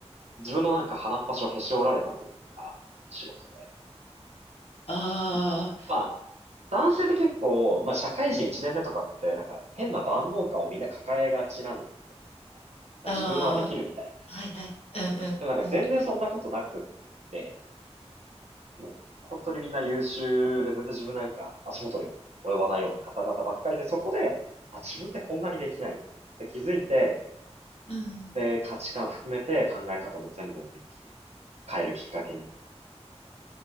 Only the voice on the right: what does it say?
自分のなんか鼻っ端をへし折られたというか、その仕事で。
なんか、まあ、男性って結構、まあ、社会人1年目とかって、なんか、変な万能感をみんな抱えがちなんですよ。
自分はできるみたいな。
でもなんか、全然そんなことなくって、もう、本当にみんな優秀で、全然自分なんか、足元にも及ばないような方々ばっかりで、そこで、あ、自分ってこんなにできないんだって気づいて、
で、価値観含めて考え方も全部思いっきり変えるきっかけになった。